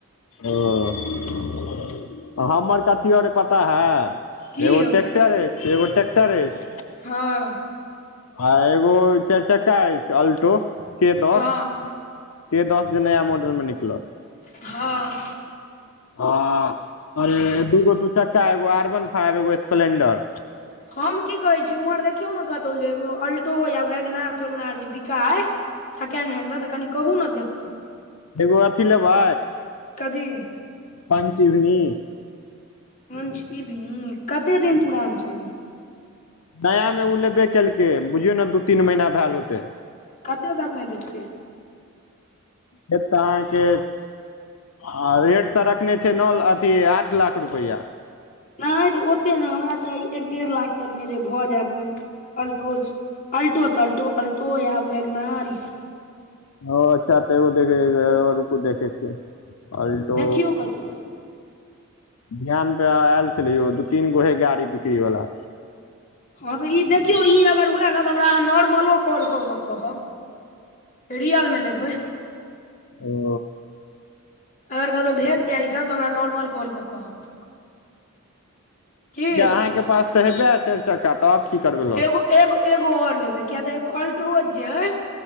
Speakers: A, on the left; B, on the left.
A: ओ हमर कथी अर अय पता है।
B: की
A: एगो
B: यौ
A: टेक्टर एछ, एगो टेक्टर एछ।
B: हाँ।
A: आ एगो चैर चक्का एछ अल्टो के दस।
B: हँ
A: के दस जे नया मॉडल मे निकलल।
B: हाँ।
A: हां ए दूगो दू चक्का, एगो आर वन फाइव, एगो स्पलेंडर।
B: हम की कहै छी उम्हर देखियौ ना कतौ जे एगो अल्टो या वेगनार-तेगनार जे बिकाय सकेंड हेंड मे तऽ कनि कहु ना देख कऽ।
A: एगो अथी लेबै।
B: कथी।
A: पंच इभनी।
B: पंच इभनि कते दिन पुरान छै।
A: नया मे ऊ लेबे केलकै बुझियौ ना दू-तीन महीना भाएल होतै।
B: कते तक मे देतै।
A: देतऽ अहाँके आ रेट तऽ रखने छै नौ ल अथी आठ लाख रुपैया।
B: नै तऽ ओते नै हमरा चाही एक डेढ़ लाख तक मे जे भऽ जाय <unintelligible> अल्ट्रोज अल्टो-तल्टो, अल्टो या वैगनार ई स
A: ओ अच्छा त एगो देखे <unintelligible> एगो रुकु देखे छिये अल्टो।
B: देखियौ कतहु
A: ध्यान पे आएल छलै यौ, दू-तीनगो हय गाड़ी बिक्री बला।
B: हां तऽ ई देखियौ ई अगर हुआए ना तऽ हमरा अहाँ नॉर्मलो कॉल कऽ कऽ कहब। रियल मे लेबै।
A: ओ
B: अगर कतो भेट जाय ई सब तऽ हमरा नॉर्मल कॉल मे कहब। की
A: किया अहाँ के पास त हेबेै हय चाएर चक्का त आब की करबै। लऽ
B: एगो-एगो-एगो
A: के
B: और लेबै किया तऽ एगो अल्ट्रोज जेै अय